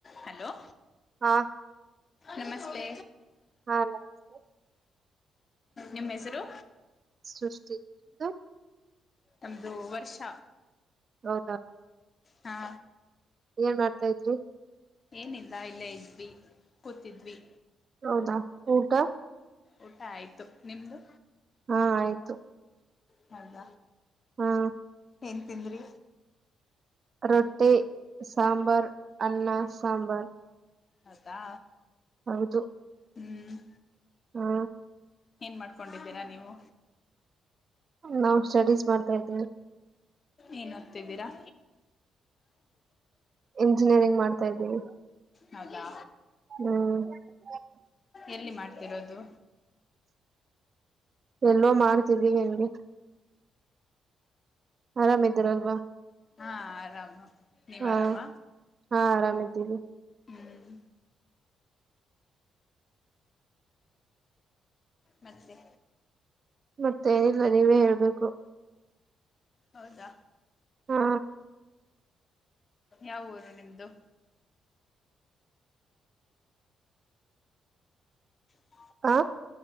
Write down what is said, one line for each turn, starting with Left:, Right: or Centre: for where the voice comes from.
Left: Hello
Right: ಹಾ
Left: ನಮಸ್ತೆ
Right: ಹಾ ನಮಸ್ತೆ
Left: ನಿಮ್ಮ ಹೆಸರು
Right: ಸೃಷ್ಟಿ <unintelligible>
Left: ನಮ್ದು ವರ್ಷ.
Right: ಹೌದಾ
Left: ಹಾ
Right: ಏನ್ ಮಾಡ್ತಾ ಇದ್ರಿ.
Left: ಏನಿಲ್ಲ ಇಲ್ಲೇ ಇದ್ವಿ ಕೂತಿದ್ವಿ.
Right: ಹೌದಾ ಊಟ.
Left: ಊಟ ಆಯ್ತು ನಿಮ್ದು.
Right: ಹಾ ಆಯ್ತು.
Left: ಮಾಡ್ದ.
Right: ಹಾ
Left: ಏನ್ ತಿಂದ್ರಿ.
Right: ರೊಟ್ಟಿ ಸಾಂಬಾರ್ ಅನ್ನ
Left: ಹ್ಮ್
Right: ಸಾಂಬಾರ್.
Left: ಹೌದಾ.
Right: ಹೌದು.
Left: ಹ್ಮ್
Right: ಹಾ
Left: ಏನ್ ಮಾಡ್ಕೊಂಡಿದ್ದೀರಾ ನೀವು.
Right: ನಾವು ಸ್ಟಡೀಸ್ ಮಾಡ್ತಾ ಇದ್ದೀವಿ.
Left: ಏನೊತ್ತಿದೀರಾ.
Right: ಇಂಜಿನಿಯರಿಂಗ್ ಮಾಡ್ತಾ ಇದ್ದೀನಿ.
Left: ಹೌದಾ.
Right: ಹ್ಮ್
Left: ಎಲ್ಲಿ ಮಾಡ್ತಿರೋದು.
Right: ಎಲ್ಲೋ ಮಾಡ್ತಿದ್ದೀವಿ ಹೆಂಗೆ. ಆರಾಮ್ ಇದ್ದೀರಲ್ವಾ.
Left: ಹಾ ಆರಾಮ. ನೀವ್
Right: ಹಾ
Left: ಆರಾಮ
Right: ಹಾ ಆರಾಮಿದ್ದಿವಿ.
Left: ಹ್ಮ್ ಮತ್ತೆ
Right: ಮತ್ತೆ ಏನಿಲ್ಲ ನೀವೇ ಹೇಳ್ಬೇಕು.
Left: ಹೌದಾ
Right: ಹಾ
Left: ಯಾವೂರು ನಿಮ್ದು. ಹ <inaudible>
Right: ಆ